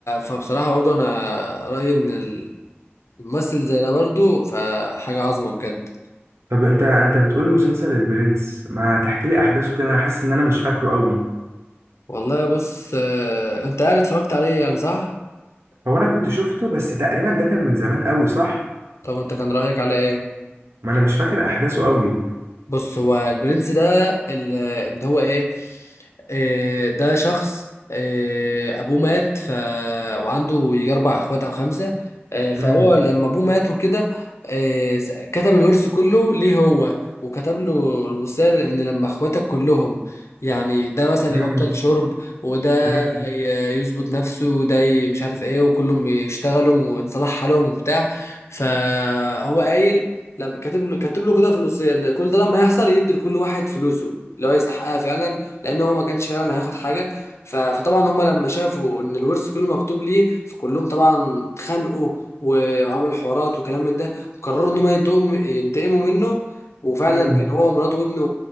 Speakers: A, on the left; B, on the right.
A: فبصراحة برضو أنا رأيي إن الممثل زي ده برضو فحاجة عظمة بجد
B: طب انت انت بتقول مسلسل البرنس ما تحكي لي احداثه كده انا حاسس ان انا مش فاكره قوي
A: والله بص آه، أنت يعني اتفرجت عليه يعني صح؟
B: هو انا كنت شفته بس تقريبا ده كان من زمان قوي صح
A: طب أنت كان رأيك عليه إيه؟
B: ما انا مش فاكر احداثه قوي
A: بص هو البرنس ده ال- اللي هو ايه آه، ده شخص آه، ابوه مات ف وعنده يجي اربع اخوات او خمسه آه، فهو
B: امم
A: لما ابوه مات وكده آه، س- كتب الورث كله ليه هو وكتب له الوصيه ان لما اخواتك كلهم يعني ده مثلا
B: امم
A: يبطل شرب وده
B: امم
A: ي- يظبط نفسه وده ي- مش عارف ايه وكلهم يشتغلوا وان صلاح حالهم وبتاع فهو قايل لما كاتب له كاتب له كده فلوسيا ان كل ده لما يحصل يدي لكل واحد فلوسه اللي هو يستحقها فعلا لان هو ما كانش فعلا هياخد حاجه ف- فطبعا هم لما شافوا ان الورث كله مكتوب ليه فكلهم طبعا اتخانقوا وعملوا حوارات وكلام من ده وقرروا ان هم ينتقموا ينتقموا منه وفعلا
B: امم
A: كان هو ومراته وابنه